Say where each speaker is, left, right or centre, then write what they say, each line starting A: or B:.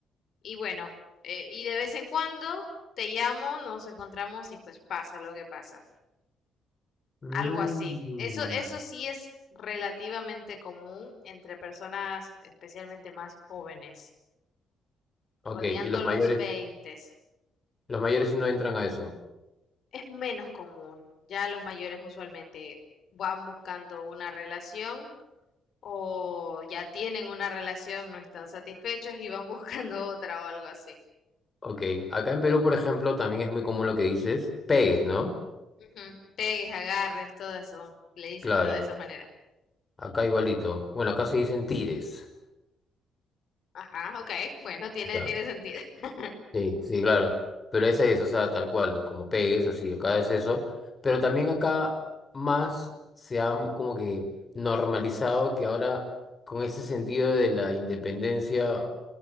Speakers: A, on the left; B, on the left.
A: y bueno, eh, y de vez en cuando te llamo, nos encontramos y pues pasa lo que pasa,
B: Mm.
A: algo así. Eso, eso sí es relativamente común entre personas especialmente más jóvenes,
B: Ok,
A: rodeando
B: y los
A: los
B: mayores,
A: veintes.
B: los mayores sí no entran a eso.
A: Es menos común, ya los mayores usualmente van buscando una relación O ya tienen una relación, no están satisfechos y van <laughs> buscando otra o algo así.
B: Ok, acá en Perú, por ejemplo, también es muy común lo que dices, pegues, ¿no?
A: Ujú, Pegues, agarres, todo eso. Le dicen
B: Claro,
A: de todas esas maneras.
B: acá igualito. Bueno, acá se dicen tires.
A: Ajá, ok. Bueno, tiene,
B: Ya.
A: tiene sentido. <laughs>
B: Sí, sí, claro. Pero ese es, o sea, tal cual, como pegues, así, acá es eso. Pero también acá más se ha mo- como que normalizado que ahora, con ese sentido de la independencia.